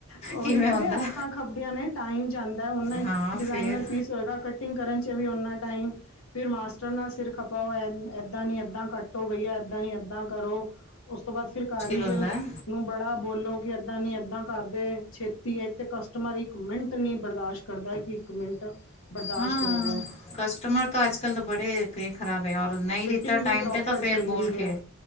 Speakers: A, on the left; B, on the left.
A: ਉਹੀ
B: ਕਿਵੇਂ
A: ਤੇ
B: ਹੁੰਦਾ
A: ਅੱਖਾਂ ਖੱਪਦੀਆਂ ਨੇ ਟਾਈਮ ਜਾਂਦਾ ਨਾ ਹੀ
B: ਹਾਂ
A: ਡਿਜ਼ਾਇਨਰ
B: ਫਿਰ
A: ਪੀਸ ਹੋਏਗਾ ਕਟਿੰਗ ਕਰਨ ਚ ਵੀ ਉਹਨਾ ਟਾਈਮ ਫਿਰ ਮਾਸਟਰ ਨਾਲ ਸਿਰ ਖਪਾ ਹੋ ਏਦਾਂ ਨੀ ਏਦਾਂ ਕੱਟੋ ਬਈਆ ਏਦਾਂ ਨੀ ਏਦਾਂ ਕਰੋ ਉਸ ਤੋਂ ਬਾਅਦ ਫਿਰ ਕਾਰੀਗਰ
B: ਹੁੰਦਾ ਹੈ
A: ਨੂੰ ਬੜਾ ਬੋਲੋ ਏਦਾਂ ਨੀ ਏਦਾਂ ਕਰ ਦੇ ਛੇਤੀ ਹੈ ਤੇ ਕਸਟਮਰ ਇੱਕ ਮਿੰਟ ਨੀ ਬਰਦਾਸ਼ਤ ਕਰਦਾ ਹੈ ਕਿ ਇੱਕ ਮਿੰਟ ਬਰਦਾਸ਼ਤ
B: ਹਾਂ
A: ਕਰ ਜਾਏ
B: ਕਸਟਮਰ ਤਾਂ ਅੱਜ ਕੱਲ ਤਾਂ ਬੜੇ ਖਰਾਬ ਹੈ ਨਹੀਂ
A: ਫਿਟਿੰਗ
B: ਦਿੱਤਾ
A: ਵੀ
B: ਟਾਈਮ
A: ਪ੍ਰੋਪਰ
B: ਤੇ ਤਾਂ
A: ਚਾਹੀਦੀ
B: ਫੇਰ ਬੋਲ
A: ਹੈ
B: ਕੇ